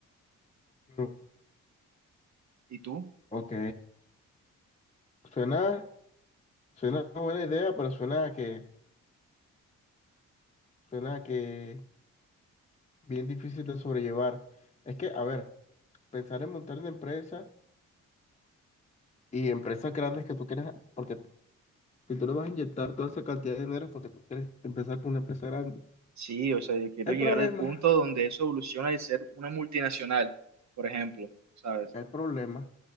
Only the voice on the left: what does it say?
ujú.
Ok. Suena, suena una buena idea, pero suena a que, suena a que bien difícil de sobrellevar. Es que, a ver, pensar en montar una empresa y empresas grandes que tú quieres, porque si tú le vas a inyectar toda esa cantidad de dinero es porque tú quieres empezar con una empresa grande.
El problema,
el problema